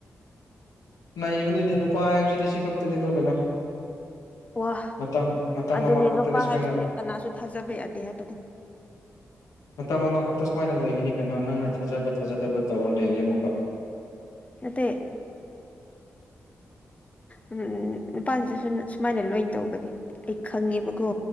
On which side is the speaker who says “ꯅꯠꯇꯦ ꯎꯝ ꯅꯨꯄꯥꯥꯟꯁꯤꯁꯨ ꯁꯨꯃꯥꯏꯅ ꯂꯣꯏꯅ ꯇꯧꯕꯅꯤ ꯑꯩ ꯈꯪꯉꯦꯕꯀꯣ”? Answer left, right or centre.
Left